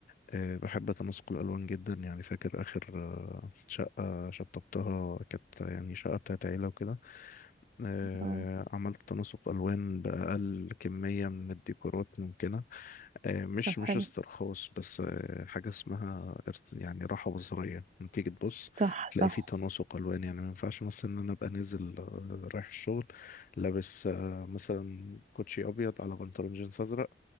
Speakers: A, on the left; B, on the right.
A: آه، بحب تناسق الألوان جدا يعني فاكر آخر آه، شقة شطبتها كانت يعني شقة بتاعت عيلة وكده آه،
B: اه
A: عملت تناسق ألوان بأقل كمية من الديكورات ممكنة آه، مش
B: طب
A: مش
B: حلو
A: استرخاص بس آه، حاجة اسمها ارت- يعني راحة بصرية لما تيجي تبص
B: صح
A: تلاقي
B: صح
A: فيه تناسق ألوان يعني ما ينفعش مثلا إن أنا أبقى نازل آه، رايح الشغل لابس آه، مثلا كوتشي أبيض على بنطلون جينز أزرق